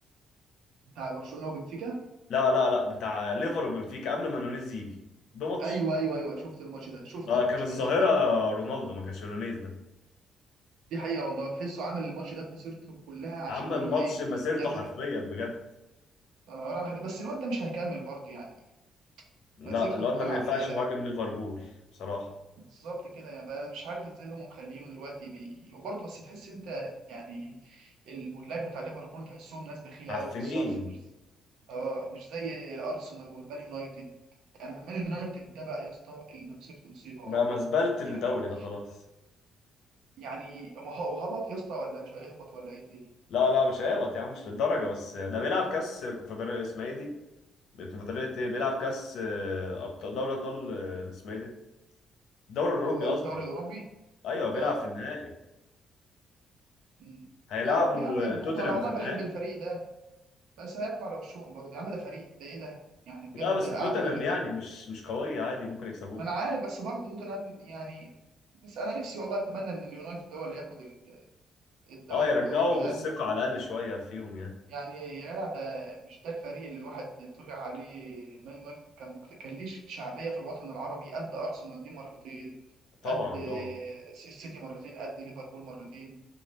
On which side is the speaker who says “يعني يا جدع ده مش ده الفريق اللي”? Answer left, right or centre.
Right